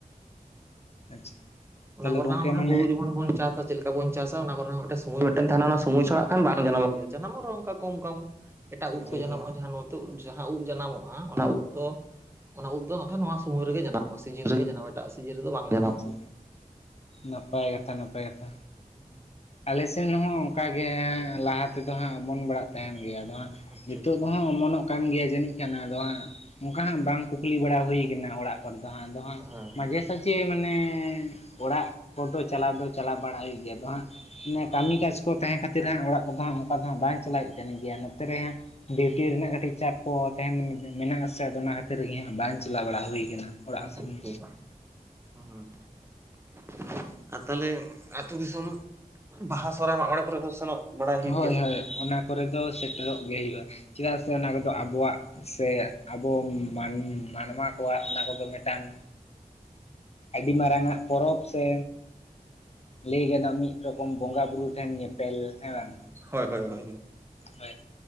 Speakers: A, on the left; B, on the right.
A: ᱟᱪᱪᱷᱟ
B: ᱚᱱᱟ
A: ᱛᱟᱦᱚᱞᱮ
B: ᱠᱚᱨᱮᱱᱟᱜ
A: ᱜᱚᱝᱠᱮ
B: ᱦᱚᱸ ᱚᱱᱮ
A: ᱢᱟᱱᱮ
B: ᱦᱩᱲᱩ ᱡᱮᱢᱚᱱ ᱵᱚᱱ ᱪᱟᱥ ᱪᱮᱫ ᱞᱮᱠᱟ ᱵᱚᱱ ᱪᱟᱥᱟ ᱚᱱᱟ ᱠᱚᱨᱮ ᱦᱚᱸ ᱢᱤᱫᱴᱮᱱ ᱥᱚᱢᱚᱭ ᱢᱤᱫᱴᱮᱱ ᱛᱟᱦᱮᱱᱟ ᱚᱱᱟ ᱥᱚᱢᱚᱭ ᱪᱷᱟᱲᱟ ᱦᱟᱸᱜ ᱵᱟᱝ ᱡᱟᱱᱟᱢᱚᱜ ᱜᱮᱭᱟ ᱡᱟᱱᱟᱢᱚᱜ ᱨᱮᱦᱚ ᱚᱱᱠᱟ ᱠᱚᱢ᱾ ᱮᱴᱟᱜ ᱩᱫ
A: ᱟᱪᱪᱷᱟ
B: ᱠᱚ
A: ᱟᱪᱪᱷᱟ
B: ᱡᱟᱱᱟᱢᱚᱜᱼᱟ ᱡᱟᱦᱟᱸᱱ ᱩᱫ ᱡᱟᱦᱟᱸ ᱩᱫ ᱡᱟᱱᱟᱢᱚᱜᱼᱟ ᱚᱱᱟ ᱩᱫ ᱫᱚ ᱚᱱᱟ ᱩᱫ ᱫᱚ ᱱᱟᱠᱷᱟᱡ ᱱᱚᱣᱟ ᱥᱚᱢᱚᱭ ᱨᱮᱜᱮ ᱡᱟᱱᱟᱢᱚᱜᱼᱟ ᱥᱤᱡᱤᱱ ᱨᱮᱜᱮ ᱡᱟᱱᱟᱢᱚᱜᱼᱟ᱾ ᱮᱴᱟᱜ ᱥᱤᱡᱤᱱ ᱨᱮᱫᱚ ᱵᱟᱝ ᱡᱟᱱᱟᱢᱚᱜᱼᱟ᱾
A: ᱟᱪᱪᱷᱟ ᱱᱟᱯᱟᱭ ᱠᱟᱛᱷᱟ ᱱᱟᱯᱟᱭ ᱠᱟᱛᱷᱟ᱾
B: <unintelligible>
A: ᱟᱞᱮ ᱥᱮᱱ ᱦᱚᱸ ᱚᱱᱠᱟ ᱜᱮ ᱞᱟᱦᱟ ᱛᱮᱫᱚ ᱦᱟᱸᱜ ᱚᱢᱚᱱ ᱵᱟᱲᱟᱜ ᱛᱟᱦᱮᱱ ᱜᱮᱭᱟ ᱟᱫᱚ ᱦᱟᱸᱜᱼᱼᱼ
B: ᱟᱪᱪᱷᱟ
A: ᱱᱤᱛᱳᱜ
B: ᱟᱪᱪᱷᱟ
A: ᱫᱚ ᱦᱟᱸᱜ ᱚᱢᱚᱱᱚᱜᱼᱼ ᱠᱟᱱ ᱜᱮᱭᱟ ᱡᱟᱹᱱᱤᱡ ᱠᱷᱟᱱ ᱟᱫᱚ ᱦᱟᱸᱜ, ᱚᱱᱠᱟ ᱦᱟᱸᱜ ᱵᱟᱝ ᱠᱩᱠᱞᱤ ᱵᱟᱲᱟ ᱦᱩᱭ ᱠᱟᱱᱟ, ᱚᱲᱟᱜ ᱠᱚᱨᱮ ᱫᱚ ᱦᱟᱸᱜ ᱟᱫᱚ ᱦᱟᱸᱜ
B: ᱦᱮᱸ
A: ᱢᱟᱡᱷᱮ
B: ᱦᱮᱸ
A: ᱥᱟᱡᱷᱮ ᱢᱟᱱᱮ ᱚᱲᱟᱜ ᱠᱚᱫᱚ, ᱪᱟᱞᱟᱣ ᱫᱚ ᱪᱟᱞᱟᱣ ᱵᱟᱲᱟ ᱦᱳᱭᱩᱜ ᱜᱮᱭᱟ ᱟᱫᱚ ᱦᱟᱸᱜ ᱢᱟᱱᱮ ᱠᱟᱹᱢᱤ ᱠᱟᱡᱽ ᱠᱚ ᱛᱟᱦᱮ ᱠᱷᱟᱛᱤᱨ, ᱦᱟᱸᱜ ᱚᱲᱟᱜ ᱠᱚᱫᱚ ᱦᱟᱜ ᱚᱱᱠᱟ ᱫᱚ, ᱦᱟᱸᱜ ᱵᱟᱝ ᱪᱟᱞᱟᱣ ᱦᱳᱭᱳᱜ ᱛᱟᱦᱮᱱ ᱜᱮᱭᱟ ᱱᱚᱛᱮ ᱨᱮ ᱦᱟᱸᱜ ᱰᱤᱣᱴᱤ ᱨᱮᱱᱟᱜ ᱠᱟᱹᱴᱤᱡ ᱪᱟᱯ ᱠᱚ, ᱛᱟᱦᱮᱱ ᱢᱮᱱᱟᱜ ᱟᱥᱮ ᱟᱫᱚ ᱚᱱᱟ ᱠᱷᱟᱹᱛᱤᱨ ᱜᱮ ᱦᱟᱸᱜ ᱵᱟᱝ ᱪᱟᱞᱟᱣ ᱵᱟᱲᱟ ᱦᱩᱭ ᱠᱟᱱᱟ ᱚᱲᱟᱜ
B: ᱟᱪᱪᱷᱟ
A: ᱥᱮᱱ
B: ᱟᱪᱪᱷᱟᱷᱟ
A: ᱫᱚ
B: ᱦᱸ ᱦᱸ᱾ <unintelligible> <inaudible> ᱟᱨ ᱛᱟᱦᱞᱮ ᱟᱹᱛᱩ ᱫᱤᱥᱚᱢ ᱵᱟᱦᱟ ᱥᱚᱨᱦᱟᱭ ᱢᱟᱸᱜ ᱢᱚᱲᱮ ᱠᱚᱨᱮ ᱫᱚ ᱥᱮᱱᱚᱜ ᱵᱟᱲᱟᱭ ᱦᱩᱭᱩᱜ
A: ᱦᱳᱭ
B: ᱜᱮᱭᱟ
A: ᱦᱳᱭ ᱚᱱᱟ ᱠᱚᱨᱮ ᱫᱚ ᱥᱮᱴᱮᱨᱚᱜ ᱜᱮ ᱦᱩᱭᱩᱜᱼᱟ, ᱪᱮᱫᱟᱜ ᱥᱮ ᱚᱱᱟ ᱠᱚᱫᱚ ᱟᱵᱚᱣᱟᱜᱼᱼ ᱥᱮ ᱟᱵᱚ ᱢᱟᱱ ᱢᱟᱱ ᱢᱟᱱᱣᱟ ᱠᱚᱣᱟᱜ ᱚᱱᱟ ᱠᱚᱫᱚ ᱢᱤᱫᱴᱟᱝᱼᱼ ᱟᱹᱰᱤ ᱢᱟᱨᱟᱝᱟᱜ-ᱟ ᱯᱚᱨᱚᱵᱽ ᱥᱮ ᱞᱟᱹᱭ ᱜᱟᱱᱚᱜᱼᱟ, ᱢᱤᱫ ᱨᱚᱠᱚᱢ ᱵᱚᱸᱜᱟ ᱵᱩᱨᱩ ᱴᱷᱮᱱ ᱧᱮᱯᱮᱞ ᱦᱮᱸ ᱵᱟᱝ?
B: ᱦᱳᱭ, ᱦᱳᱭ, ᱦᱳᱭ᱾
A: ᱦᱳᱭ